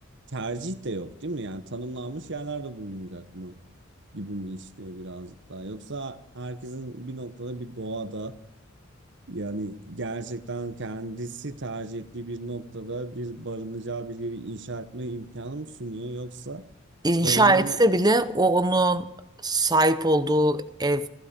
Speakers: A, on the right; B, on the right.
A: tercih de yok değil mi? Yani tanımlanmış yerlerde bulunacak mı gibi mi istiyor birazcık daha? Yoksa herkesin bir noktada bir doğada yani gerçekten kendisi tercih ettiği bir noktada bir barınacağı bir yeri inşa etme imkanı mı sunuyor? Yoksa
B: inşa
A: barınma
B: etse
A: no-
B: bile o onun sahip olduğu ev